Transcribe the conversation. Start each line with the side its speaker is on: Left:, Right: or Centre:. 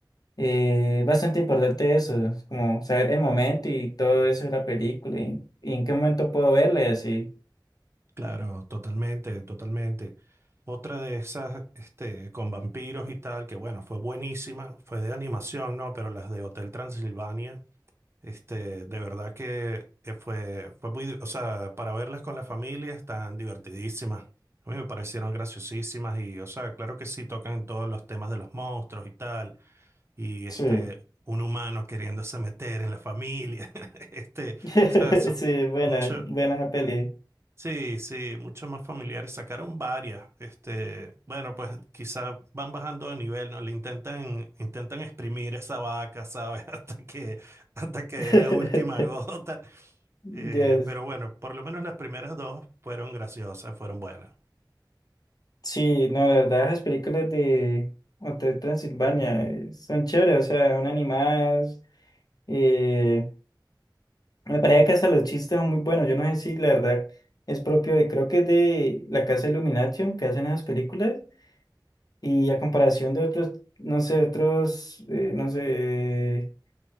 Left: Eh, bastante importante eso, es como saber el momento y todo eso de la película y, y en qué momento puedo verla y así.
Right: Claro, totalmente, totalmente. Otra de esas, este, con vampiros y tal, que bueno, fue buenísima, fue de animación, ¿no? Pero las de Hotel Transilvania, este, de verdad que eh, fue, fue muy, di- o sea, para verlas con la familia están divertidísimas. A mí me parecieron graciosísimas y, o sea, claro que sí tocan todos los temas de los monstruos y tal, y este,
Left: Sí.
Right: un humano queriéndose meter en la familia, <laughs> este, o
Left: <laughs>
Right: sea, son
Left: Sí, buena,
Right: mucho.
Left: buena esa peli.
Right: Sí, sí, mucho más familiares. Sacaron varias. Este, bueno, pues quizá van bajando de nivel, ¿no? Le intentan, intentan exprimir esa vaca, ¿sabes? <laughs> Hasta que, hasta que dé
Left: <laughs>
Right: la última gota.
Left: Dios.
Right: Eh, pero bueno, por lo menos las primeras dos fueron graciosas, fueron buenas.
Left: Sí, no, la verdad, las películas de Hotel Transilvania eh, son chéveres, o sea, son animadas. eh, me parece que hasta los chistes son muy buenos. Yo no sé si la verdad es propio de, creo que es de la Casa Illumination que hacen esas películas. Y a comparación de otros, no sé, otros, eh, no sé,